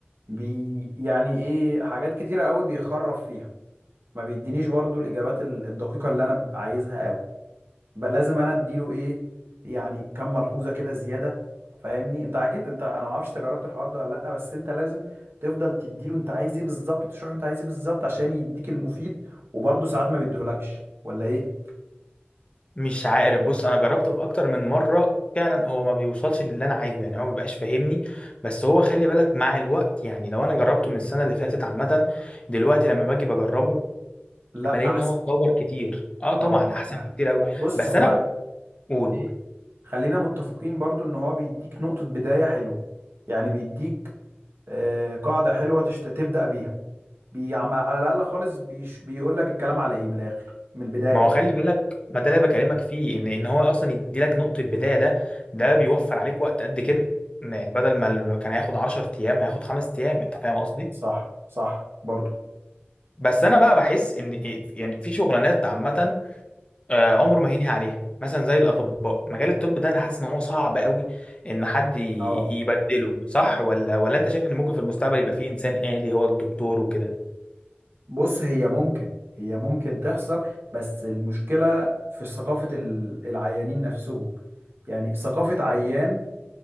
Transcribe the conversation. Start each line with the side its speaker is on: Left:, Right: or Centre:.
Right: بي يعني ايه حاجات كتيرة قوي بيخرف فيها ما بيدينيش برضو الإجابات ال- الدقيقة اللي أنا ببقى عايزها قوي بل لازم أنا أديله إيه يعني كم ملحوظة كده زيادة فاهمني أنت أكيد أنت أنا ما أعرفش أنت جربت الحوار ده ولا لأ بس أنت لازم تفضل تديله أنت عايز إيه بالظبط وتشرح له أنت عايز إيه بالظبط عشان يديك المفيد وبرضه ساعات ما بيديهولكش ولا إيه؟
Left: مش عارف بص انا جربته في اكتر من مره فعلا هو ما بيوصلش للي انا عايزه يعني هو ما بيبقاش فاهمني بس هو خلي بالك مع الوقت يعني لو انا جربته من السنه اللي فاتت عامه دلوقتي لما باجي بجربه
Right: لأ
Left: بلاقي
Right: أحسن
Left: ان هو اتطور كتير اه طبعا
Right: أه
Left: احسن
Right: أحسن
Left: بكتير قوي
Right: بص
Left: بس
Right: هو
Left: انا قول
Right: إيه،
Left: قول
Right: خلينا متفقين برضو ان هو بيديك نقطة بداية حلوة يعني بيديك آه، قاعدة حلوة تشت... تبدأ بيها بي... عم- على الأقل خالص بيش... بيقول لك الكلام على إيه من الآخر من البداية
Left: ما
Right: كده
Left: هو خلي بالك ما ده اللي بكلمك فيه ان ان هو اصلا يدي لك نقطه بدايه ده ده بيوفر عليك وقت قد كده يعني بدل ما ال- كان هياخد 10 ايام هياخد 5 ايام انت فاهم قصدي
Right: صح صح برضو
Left: بس انا بقى بحس ان إيه، يعني في شغلانات عامه آه، عمره ما هينهي عليها مثلا زي الاطباء مجال الطب ده انا حاسس ان هو صعب قوي ان حد ي-
Right: اه
Left: يبدله صح ولا ولا انت شايف ان ممكن في المستقبل يبقى في انسان آلي هو الدكتور وكده
Right: بص هي ممكن هي ممكن تحصل بس المشكلة في ثقافة ال- العيانين نفسهم يعني ثقافة عيان